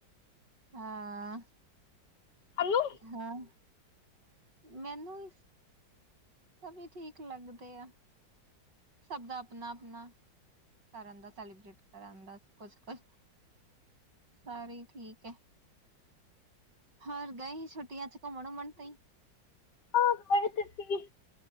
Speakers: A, on the right; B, on the left.
A: ਹਾਂ।
B: ਸਾਨੂੰ
A: ਹਾਂ ਮੈਨੂੰ ਇ ਸਭੀ ਠੀਕ ਲੱਗਦੇ ਆ। ਸਭ ਦਾ ਆਪਣਾ-ਆਪਣਾ ਕਰਨ ਦਾ ਸੈਲੀਬ੍ਰੇਟ ਕਰਨ ਦਾ ਕੁੱਛ-ਕੁੱਛ ਸਾਰੇ ਈ ਠੀਕ ਐ, ਹੋਰ ਗਏ ਸੀ ਛੁੱਟੀਆਂ ਚ ਘੁੰਮਣ-ਉਮਣ ਤੂੰਈ।
B: ਹਾਂ ਬੜੇ <unintelligible>